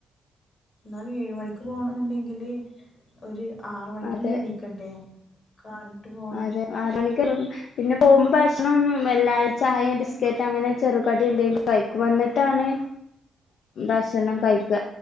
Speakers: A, on the left (about 50°); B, on the left (about 70°).
A: എന്നാലും ഏഴ്മണിക്ക് പോകണം എന്നുണ്ടെങ്കില് ഒരു ആറ്മണിക്കെങ്കിലും
B: അതെ
A: എണീക്കണ്ടേ കാലത്ത് പോ
B: അതെ ആറ് മണിക്ക് <unintelligible> പിന്നെ പോകുമ്പോ ഭക്ഷണോന്നും വല്ലായ ചായ ബിസ്കറ്റ് അങ്ങനെ ചെറുകടി എന്തെങ്കിലും കഴിക്കും അന്നിട്ടാണ് ഭക്ഷണം കഴിക്ക